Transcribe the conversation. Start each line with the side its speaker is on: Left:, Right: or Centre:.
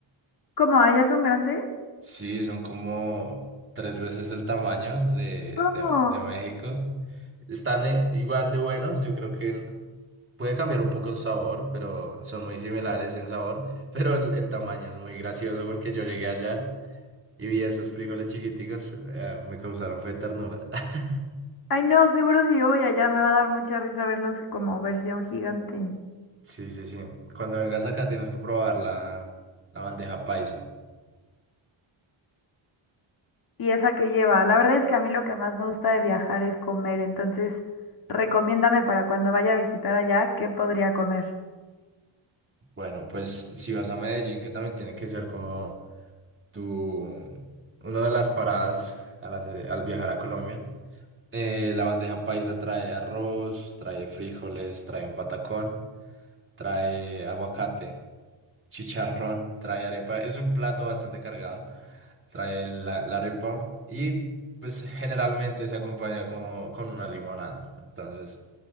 Left: ¿Cómo? ¿Allá son grandes?
Right: Sí, son como tres veces el tamaño de,
Left: ¿Cómo?
Right: de, de México. Están eh, igual de buenos, yo creo que puede cambiar un poco el sabor, pero son muy similares en sabor, <laughs> pero el, el tamaño es muy gracioso porque yo llegué allá y vi esos frijoles chiquiticos, eh, me causaron fe ternura. <laughs>
Left: Ay, no, seguro si yo voy allá me va a dar mucha risa verlos como versión gigante.
Right: Sí, sí, sí. Cuando vengas acá tienes que probar la, la bandeja paisa.
Left: ¿Y esa que lleva? La verdad es que a mí lo que más me gusta de viajar es comer, entonces recomiéndame para cuando vaya a visitar allá, ¿qué podría comer?
Right: Bueno, pues si vas a Medellín, que también tiene que ser como tu, una de las paradas al, hacer- al viajar a Colombia. Eh, la bandeja paisa trae arroz, trae frijoles, trae un patacón, trae aguacate, chicharrón, trae arepa. Es un plato bastante cargado. Trae la, la arepa y pues generalmente se acompaña como con una limonada. Entonces,